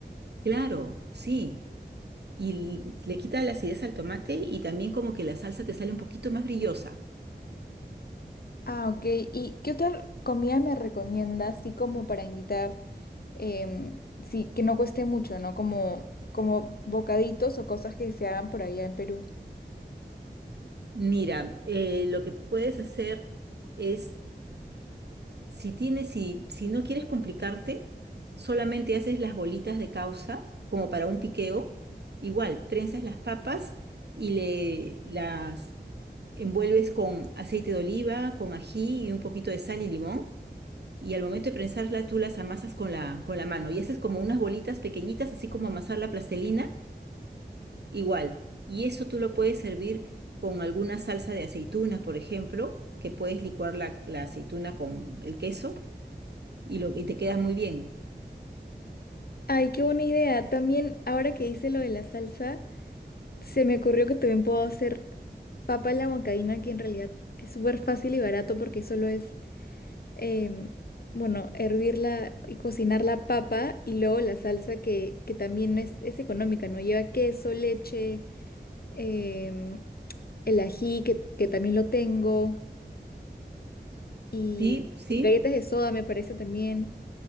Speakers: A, on the right; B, on the left.
A: Claro, sí. y le quita la acidez al tomate y también como que la salsa te sale un poquito más brillosa.
B: Ah, ok. ¿Y qué otra comida me recomiendas, así como para invitar, em, sí, que no cueste mucho, ¿no? Como, como bocaditos o cosas que se hagan por allá en Perú.
A: Mira, eh, lo que puedes hacer es, si tienes, si, si no quieres complicarte, solamente haces las bolitas de causa como para un piqueo. Igual, prensas las papas y le las envuelves con aceite de oliva, con ají y un poquito de sal y limón. Y al momento de prensarlas, tú las amasas con la, con la mano. Y haces como unas bolitas pequeñitas, así como amasar la plastelina Igual. Y eso tú lo puedes servir con alguna salsa de aceitunas, por ejemplo, que puedes licuar la, la aceituna con el queso y, lo, y te queda muy bien.
B: Ay, qué buena idea. También, ahora que hice lo de la salsa, se me ocurrió que también puedo hacer papa a la huancaína, que en realidad es súper fácil y barato porque solo es em, bueno, hervir la y cocinar la papa y luego la salsa que, que también es, es económica, ¿no? Lleva queso, leche, em, el ají, que, que también lo tengo, y
A: Sí, sí.
B: galletas de soda me parece también.